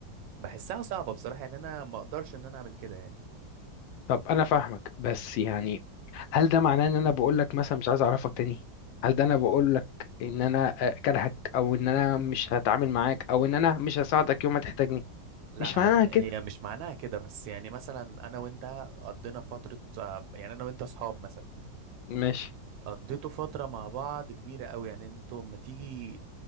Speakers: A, on the right; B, on the left.
A: بحسها صعبه بصراحه يعني انا ما اقدرش ان انا اعمل كده يعني
B: طب أنا فاهمك بس يعني هل ده معناه إن أنا بقولك مثلا مش عايز أعرفك تاني؟ هل ده أنا بقولك إن أنا آه، كارهك أو إن أنا مش هتعامل معاك أو إن أنا مش هساعدك يوم ما تحتاجني؟
A: لا
B: مش معناها
A: لا ما-
B: كده
A: هي مش معناها كده بس يعني مثلا انا وانت قضينا فتره آه، يعني انا وانت اصحاب مثلا
B: ماشي
A: قضيتوا فترة مع بعض كبيرة قوي يعني انتوا لما تيجي